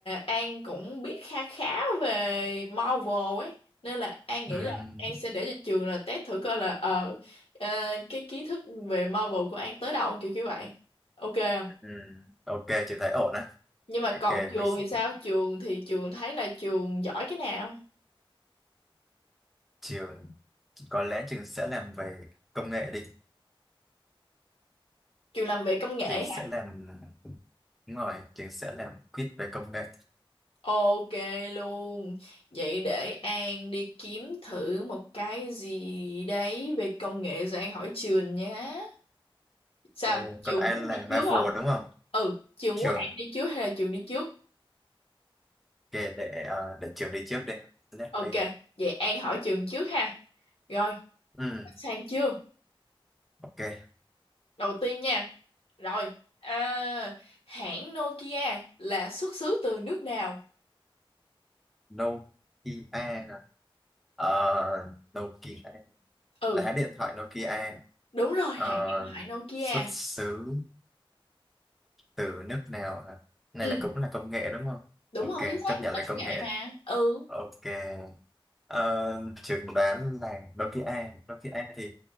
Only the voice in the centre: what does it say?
Ừm,
ừm. Ok, chị thấy ổn á.
Ok,
mình
s-
trường có lẽ trường sẽ làm về công nghệ đi.
Trường sẽ
làm đúng rồi, trường sẽ làm quiz về công nghệ.
Ok,
Còn ai
là
Marvel
đúng không?
Trường
ok để à, để trường đi trước đi. Let
me.
Ừm,
ok.
nokia hả? Ờ, Nokia
lá điện thoại Nokia
ờ,
xuất xứ từ nước nào hả? Này
là cũng là công nghệ đúng không?
Ok,
chấp nhận
là công
nghệ.
Ok. Ờ, trường đoán là Nokia. Nokia thì